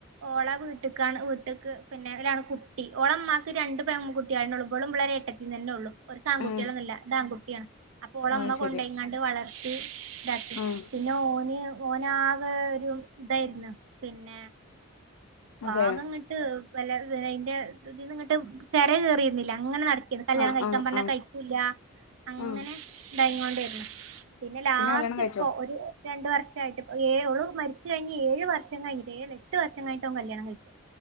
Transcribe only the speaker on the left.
ഉം
അത് ശരി
ഉം
അതെ
ആഹ്
ആഹ്
ആഹ്
ആഹ്
കല്യാണം കഴിച്ചോ